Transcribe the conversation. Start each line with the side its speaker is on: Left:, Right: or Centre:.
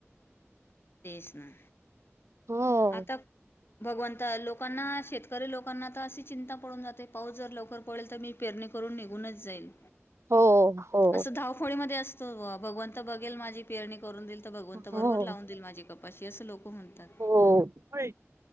Left: तेच ना
Right: हो
Left: आता भगवंत लोक लोकांना शेतकरी लोकांना तर अशी चिंता पडून जाते पाऊस जर लवकर पडेल तर मी पेरणी करून निघूनच जाईल
Right: हो हो.
Left: असं धावफोळी मध्ये असतो भगवंत बघेल माझी पेरणी करून देईल तर भगवंत
Right: हो
Left: बरोबर लावून देईल माझी कपाशी असं लोक म्हणतात
Right: हो होय.